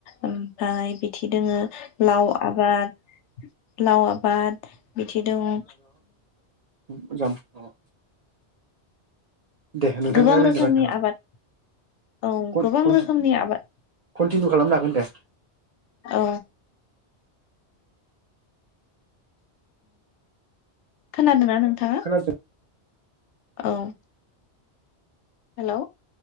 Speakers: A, on the left; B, on the right.
A: ओमफ्राय बिथि दोङो लाउ आबाद लाउ आबा आबाद बिथि दोङो।
B: मोजां दङो दे नोंथाङालाय
A: गोबां रोखोमनि आबाद औ
B: कन
A: गोबां
B: कन्टि
A: रोखोमनि आबाद
B: कन्टिनिउ खालामनो हागोन दे
A: औ। खोनादोंमोना नोंथाङा?
B: खोनादों
A: औ हेलौ